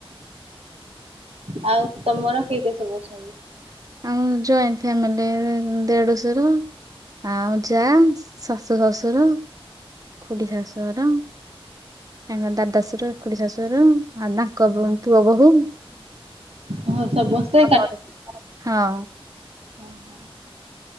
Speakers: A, on the right; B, on the right.
A: ଆଉ ତମର କିଏ କିଏ ସବୁ ଅଛନ୍ତି?
B: ଆମ ଜଏଣ୍ଟ ଫ୍ୟାମିଲିରେ ଦେଢଶୁର ଆଉ ଯା ଶାଶୁ ଶଶୁର ଖୁଡି ଶାଶୁହର। ତାଙ୍କ ଦାଦ ଶାଶୁର ଖୁଡି ଶାଶୁର ଆଉ ତାଙ୍କ ପୁଅ ବୋହୂ।
A: ଓହୋ ସମସ୍ତେ
B: ଆମର ହଁ।
A: ଓହୋ।